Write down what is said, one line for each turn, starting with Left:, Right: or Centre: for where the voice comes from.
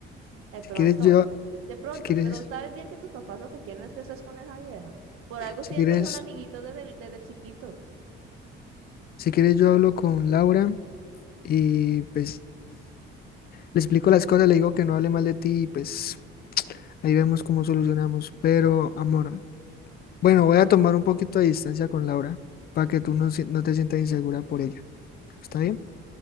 Right: De
Left: Si
Right: pronto,
Left: quieres yo,
Right: de pronto,
Left: si quieres,
Right: pero sabes bien que tus papás lo que quieren es que estés con esa vieja. Por algo
Left: si
Right: siempre
Left: quieres,
Right: son amiguitos desde, desde chiquitos.
Left: si quieres yo hablo con Laura y pues le explico las cosas, le digo que no hable mal de ti y pues ahí vemos cómo solucionamos. Pero, amor, Bueno, voy a tomar un poquito de distancia con Laura para que tú no, si- no te sientas insegura por ella. ¿Está bien?